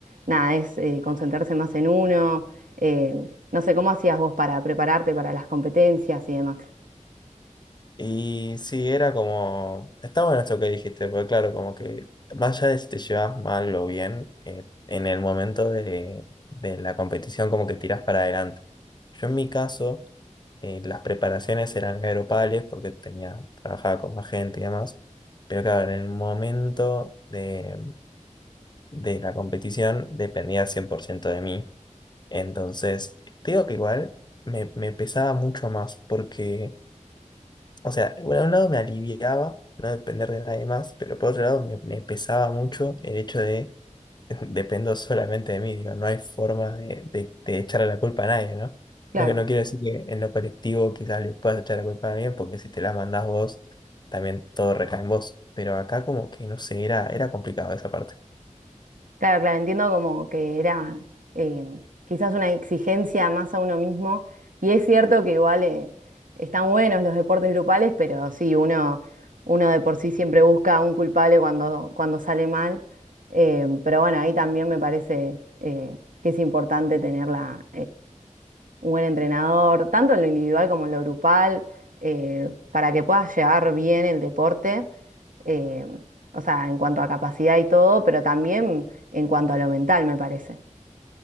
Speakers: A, on the right; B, on the left.
A: nada, es eh, concentrarse más en uno. eh, no sé, ¿cómo hacías vos para prepararte para las competencias y demás?
B: Y sí, era como... Está bueno esto que dijiste, porque claro, como que más allá de si te llevas mal o bien, eh, en el momento de, de la competición como que tiras para adelante. Yo en mi caso... eh, las preparaciones eran aeropales porque tenía, trabajaba con más gente y demás. Pero claro, en el momento de, de la competición dependía 100% de mí. Entonces, te digo que igual me, me pesaba mucho más porque, o sea, por un lado me aliviaba no depender de nadie más, pero por otro lado me, me pesaba mucho el hecho de dependo solamente de mí, digo, no hay forma de, de, de echarle la culpa a nadie, ¿no?
A: Claro.
B: No, que no quiero decir que en lo colectivo quizás le puedas echar la culpa a alguien, porque si te la mandás vos, también todo recae en vos. Pero acá como que, no sé, era, era complicado esa parte.
A: Claro, claro, entiendo como que era eh, quizás una exigencia más a uno mismo. Y es cierto que igual eh, están buenos los deportes grupales, pero sí, uno, uno de por sí siempre busca un culpable cuando, cuando sale mal. Eh, pero bueno, ahí también me parece eh, que es importante tenerla un buen entrenador, tanto en lo individual como en lo grupal, eh, para que puedas llevar bien el deporte, eh, o sea, en cuanto a capacidad y todo, pero también en cuanto a lo mental, me parece.